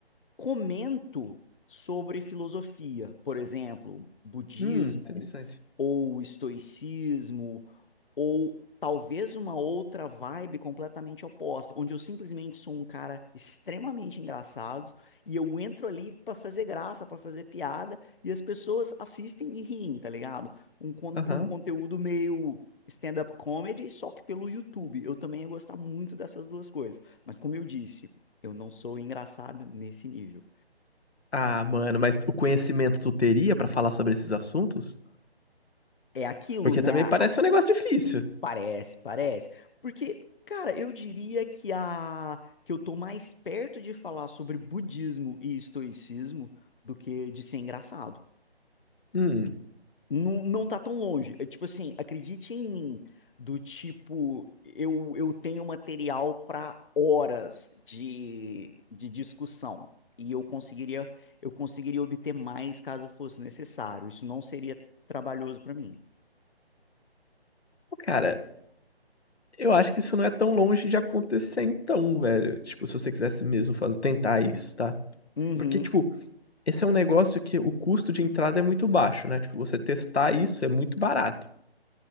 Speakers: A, on the left; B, on the left.
A: comento sobre filosofia, por exemplo, budismo
B: hum, interessante.
A: ou estoicismo ou talvez uma outra vibe completamente oposta, onde eu simplesmente sou um cara extremamente engraçado e eu entro ali para fazer graça, para fazer piada e as pessoas assistem e riem, tá ligado? Um, con-
B: Aham.
A: um conteúdo meio stand-up comedy, só que pelo YouTube. Eu também ia gostar muito dessas duas coisas, mas como eu disse eu não sou engraçado nesse nível.
B: Ah, mano, mas o conhecimento tu teria pra falar sobre esses assuntos?
A: É aquilo,
B: Porque
A: né?
B: também
A: A-
B: parece
A: a-
B: um negócio difícil.
A: Parece, parece. Porque, cara, eu diria que a que eu tô mais perto de falar sobre budismo e estoicismo do que de ser engraçado.
B: Hum,
A: Não, não tá tão longe. É tipo assim, acredite em mim, do tipo, eu, eu tenho material para horas de, de discussão. E eu conseguiria, eu conseguiria obter mais caso fosse necessário. Isso não seria trabalhoso para mim.
B: Pô, cara, eu acho que isso não é tão longe de acontecer então, velho. Tipo, se você quisesse mesmo fazer, tentar isso, tá?
A: Uhum.
B: Porque, tipo, Esse é um negócio que o custo de entrada é muito baixo, né? Tipo, você testar isso é muito barato.